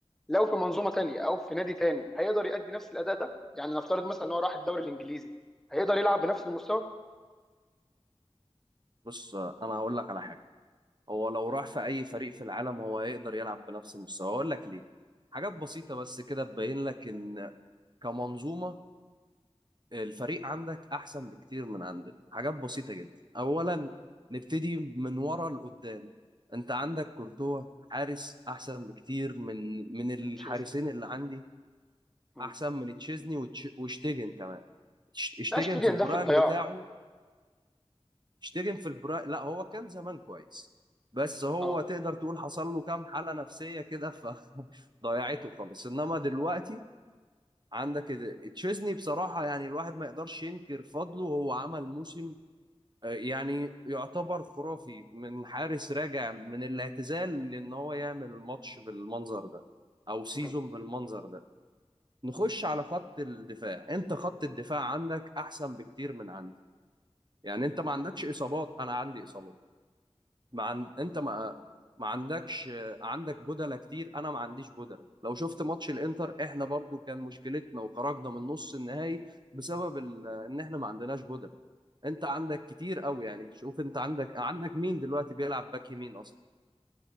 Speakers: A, in the centre; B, on the right.
A: لو في منظومه تانية او في نادي تاني هيقدر يأدي نفس الاداء ده يعني نفترض مثلا ان هو راح الدوري الانجليزي هيقدر يلعب بنفس المستوى
B: بص انا هقول لك على حاجه هو لو راح في اي فريق في العالم هو هيقدر يلعب بنفس المستوى اقول لك ليه حاجات بسيطة بس كده تبين لك ان كمنظومة الفريق عندك احسن بكتير من عندنا حاجات بسيطة جدا اولا نبتدي من ورا لقدام انت عندك كورتوا حارس احسن بكتير من من الحارسين
A: مانشيزني
B: اللي عندي
A: مم.
B: احسن من تشيزني وتش- وشتيجن كمان شت- شتيجن
A: لا اشتري
B: في البرايم
A: ده في الضياع
B: بتاعه اشتغل في البرا لا هو كان زمان كويس بس هو
A: اه
B: تقدر تقول حصل له كام حالة نفسية كده فضيعته <laughs> خالص انما دلوقتي عندك ال- تشيزني بصراحة يعني الواحد ما يقدرش ينكر فضله هو عمل موسم آه، يعني يعتبر خرافي من حارس راجع من الاعتزال لان هو يعمل ماتش بالمنظر ده او سيزون
A: مم.
B: بالمنظر ده نخش على خط الدفاع انت خط الدفاع عندك احسن بكتير من عندي يعني انت ما عندكش اصابات انا عندي اصابات ما عن... انت ما ما عندكش عندك بدلة كتير انا ما عنديش بدلة لو شفت ماتش الانتر احنا برضو كان مشكلتنا وخرجنا من نص النهائي بسبب ال... ان احنا ما عندناش بدلة انت عندك كتير قوي يعني شوف انت عندك عندك مين دلوقتي بيلعب باك يمين اصلا